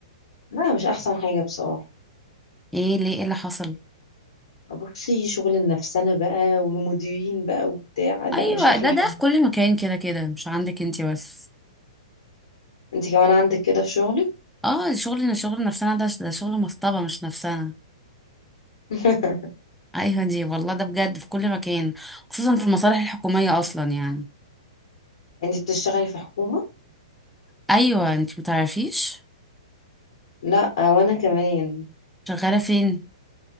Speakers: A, on the left; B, in the centre.
A: لا مش احسن حاجه بصراحه
B: ايه ليه ايه اللي حصل
A: بصي شغل النفسنه بقى والمديرين بقى وبتاع لا
B: ايوه
A: مش احلى
B: ده
A: حاجه
B: ده في كل مكان كده كده مش عندك انتي بس
A: انت كمان عندك كده في شغلك
B: اه شغل شغل نفسنا ده ده شغل مصطبه مش نفسنا
A: <laughs>
B: ايوه دي والله ده بجد في كل مكان خصوصا في المصالح الحكومية اصلا يعني
A: انتي بتشتغلي في حكومة
B: ايوه انت متعرفيش
A: لا وانا كمان
B: شغالة فين